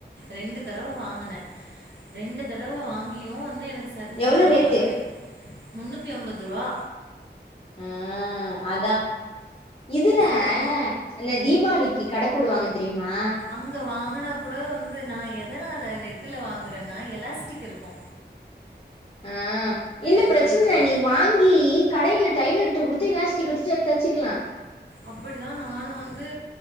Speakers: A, on the right; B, on the left.
A: ரெண்டு தடவ வாங்குனே ரெண்டு தடவ வாங்கியு வந்து எ சரிஞ்சு
B: எவ்ளோ
A: போனா
B: ரேட்டு
A: மாதிரி முன்னூத்தி அம்பதுருவா
B: அ அதா இதுல
A: சரி
B: அந்த தீபாளிக்கி கட போடுவாங்க தெரிமா
A: அங்க வாங்குனா கூட வந்து நா எதனால நெட்டுல வாங்குறன்னா எலாஸ்டிக் இருக்கு
B: அ இந்த
A: இருக்கிறதுனா
B: பிரச்சினில நீ வாங்கி கடையில டைலர்ட்ட குடுத்து இல்ல ஸ் டி குடிச்சி அத் தெச்சுக்கிலா
A: அப்பிடிதா நானு வந்து